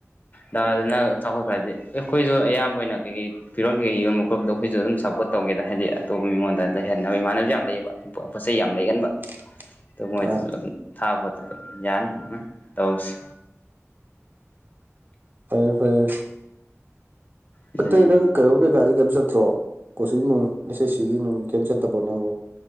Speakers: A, on the left (about 35°); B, on the right (about 40°).
A: ꯇꯗꯅ
B: ꯍꯣꯏ
A: ꯆꯥꯎꯈꯠꯈ꯭ꯔꯗꯤ ꯑꯩꯈꯣꯏꯁꯨ ꯑꯌꯥꯝꯕ ꯑꯣꯏꯅ ꯀꯩꯀꯩ ꯐꯤꯔꯣꯟꯜꯩ ꯌꯣꯟꯕ ꯈꯣꯠꯨꯞꯗ ꯑꯩꯈꯣꯏ ꯑꯗꯨꯝꯞꯄꯣꯔꯠ ꯇꯧꯒꯦꯗ ꯍꯥꯏꯗꯤ ꯑꯇꯣꯞꯄ ꯃꯤꯉꯣꯟꯗ ꯂꯩꯍꯟꯅꯕ ꯏꯃꯥꯟꯅꯕꯁꯨ ꯌꯥꯝ ꯂꯩꯌꯦꯕ ꯄꯣꯠ ꯆꯩ ꯌꯥꯝ ꯂꯩꯒꯟꯕ
B: <unintelligible>
A: ꯑꯗꯨ ꯃꯣꯏꯗꯁꯨ
B: ꯑꯥ
A: ꯑꯗꯨꯝ ꯊꯥꯕ ꯈꯣꯠꯄ ꯑꯗꯨꯝ ꯌꯥꯅꯤ ꯑꯗꯨꯅ ꯇꯧꯁꯤ
B: ꯐꯩꯌꯦ ꯐꯔꯌꯦ
A: ꯑꯗꯨꯅꯤꯅꯦ
B: ꯑꯇꯩ ꯅꯪ ꯀꯩꯅꯣ ꯀꯩꯀꯥꯗꯤ ꯀꯩꯝ ꯆꯠꯇ꯭ꯔꯣ ꯀꯣꯆꯤꯡ ꯅꯨꯡ ꯑꯦꯁ ꯑꯦꯁ ꯁꯤꯒꯤ ꯅꯨꯡ ꯀꯩꯝ ꯆꯠꯇꯕ꯭ꯔꯣ ꯅꯪꯕꯨꯣ